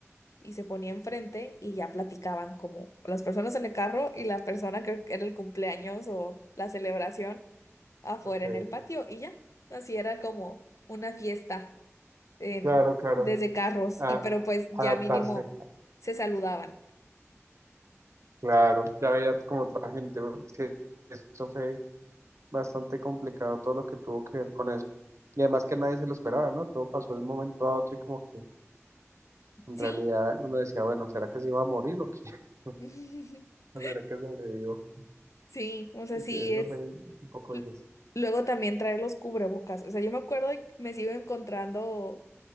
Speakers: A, on the left; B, on the right.
A: Y se ponía enfrente y ya platicaban como las personas en el carro y la persona que era el cumpleaños o la celebración afuera
B: ok,
A: en el patio y ya. Así era como una fiesta en,
B: claro, claro,
A: desde carros
B: a-
A: y pero pues ya
B: adaptarse,
A: mínimo se saludaban.
B: claro, ya veía como otra gente, porque eso fue bastante complicado todo lo que tuvo que ver con eso. Y además que nadie se lo esperaba, ¿no? Todo pasó de un momento a otro y como que En
A: Sí,
B: realidad uno decía, bueno, ¿será que se iba a morir o qué? <laughs>
A: <laughs>
B: ¿O será que sobrevivió?
A: sí, o sea,
B: Y
A: sí
B: Sí, eso
A: es.
B: fue un poco
A: l-
B: difícil.
A: Luego también traer los cubrebocas. O sea, yo me acuerdo y me sigo encontrando